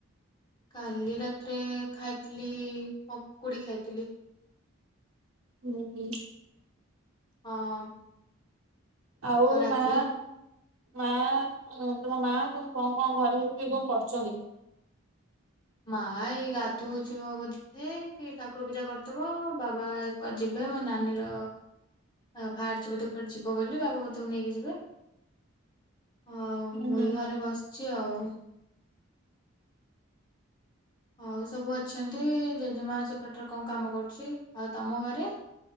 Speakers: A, on the left; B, on the right.
A: କାଲି ରାତିରେ ଖାଇଥିଲି ପକୁଡି ଖାଇଥିଲି
B: ହୁଁ ହୁଁ
A: ହଁ
B: ଆଉ
A: ତ ରାତିରେ
B: ମା ମା ତମ ମା ତମ କଣ କଣ ଘରେ ହେବ କିଏ କଣ କରୁଛନ୍ତି
A: ମା ଏଇ ଗାଧଉ ଯିବ ବଧଥେ କି ଠାକୁର ପୂଜା କରିଥିବ ବାବା ପରେ ଯିବେ ମୋ ନାନୀର ଆ ବାହାରି ଯିବ ତୁ କୁଡେ ଯିବ ବୋଲି ବାବା ତକୁ ନେଇକି ଯିବେ ହଉ
B: ହୁଁ
A: ମୁଇଁ
B: ହୁଁ
A: ଘରେ ବସିଛି ଆଉ ହଉ ସବୁ ଅଛନ୍ତି ଜେଜେମା ସେପଟରେ କଣ କାମ କରୁଛି ଆଉ ତମ ଘରେ